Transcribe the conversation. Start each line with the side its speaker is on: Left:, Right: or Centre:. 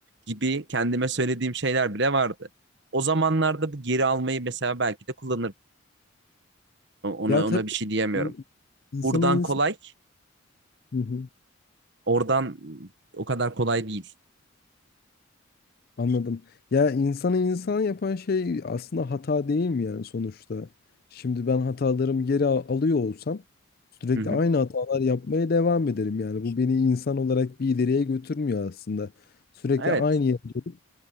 Right: Gibi kendime söylediğim şeyler bile vardı. O zamanlarda bu geri almayı mesela belki de kullanırdım. O- Ona
Left: Ya tabii
Right: ona bir şey diyemiyorum.
Left: bu insanı
Right: Buradan
Left: insan
Right: kolay,
Left: Hı hı,
Right: oradan o kadar kolay değil.
Left: anladım. Ya insanı insan yapan şey aslında hata değil mi yani sonuçta? Şimdi ben hatalarımı geri al- alıyor olsam sürekli
Right: Hı hı.
Left: aynı hatalar yapmaya devam ederim yani. Bu beni insan olarak bir ileriye götürmüyor aslında. Sürekli
Right: Evet.
Left: aynı yere dönüp